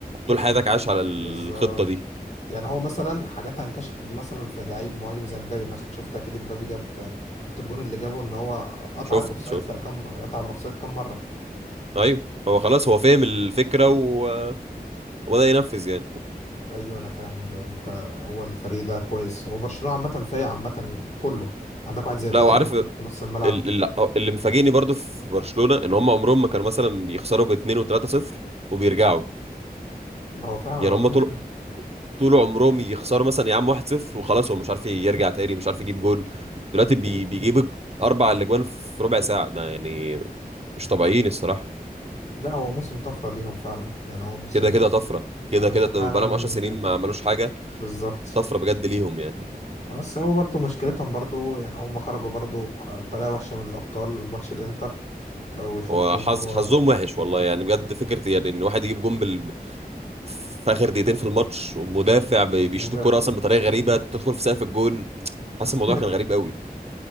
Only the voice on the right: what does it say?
طول حياتك عايش على الخطه
دي
شفت
شفت
ايوه هو خلاص هو فاهم الفكره و... وبدأ ينفذ يعني
لا
وعارف
ال...
ال... اللي مفاجئني برضو في برشلونه ان هم عمرهم ما كانوا مثلا بيخسروا باتنين وتلاته صفر وبيرجعوا
يعني
هم
طول
طول عمرهم يخسروا مثلا يا عم 1-0 وخلاص هو مش عارف يرجع تاني مش عارف يجيب جون دلوقتي بي... بيجيب الج- اربع اجوان في ربع ساعه ده يعني مش طبيعيين الصراحه
كده كده طفره كده
كده
بقى لهم 10 سنين ما عملوش حاجه
طفره بجد ليهم يعني
وحظ
حظهم وحش والله يعني بجد فكره يعني ان واحد يجيب جون بال... في اخر دقيقتين في الماتش ومدافع بي-
بيشوط
الكوره اصلا بطريقه غريبه تدخل في سقف الجون حاسس
الموضوع كان غريب قوي